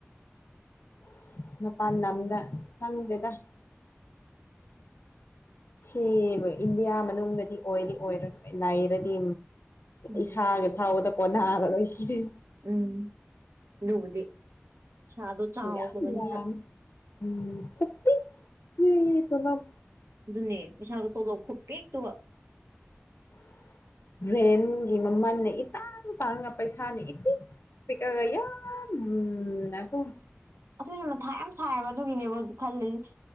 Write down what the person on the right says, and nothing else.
ꯎꯝ
ꯎꯝ ꯑꯗꯨꯕꯨꯗꯤ ꯄꯩꯁꯥꯗꯣ ꯆꯥꯎꯗꯕꯅꯤꯅ
ꯑꯗꯨꯅꯦ ꯄꯩꯁꯥꯒ ꯇꯣꯂꯣꯞ ꯈꯨꯄꯤꯛ ꯇꯨꯒ
ꯑꯗꯨꯁꯨ ꯃꯊꯥ ꯌꯥꯝ ꯁꯥꯏꯌꯦꯕ ꯑꯗꯨꯒꯤꯅꯦꯕ ꯍꯧꯖꯤꯛ ꯈꯜꯂꯤꯁꯦ